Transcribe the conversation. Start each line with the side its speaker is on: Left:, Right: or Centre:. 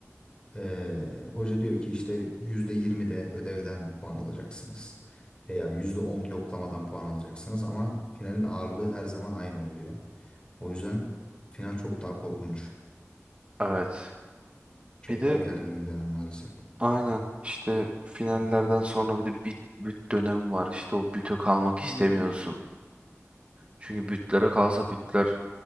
Left: eee, hoca diyor ki işte %20 de ödevden puan alacaksınız. Veya %10 yoklamadan puan alacaksınız ama finalin ağırlığı her zaman aynı oluyor. O yüzden final çok daha korkunç.
Right: Evet.
Left: Çok
Right: Bir de
Left: daha gergin bir dönem maalesef.
Right: Aynen işte finallerden sonra bir de büt, büt dönemi var. İşte o büte kalmak istemiyorsun.
Left: Oo.
Right: Çünkü bütlere kalsa bütler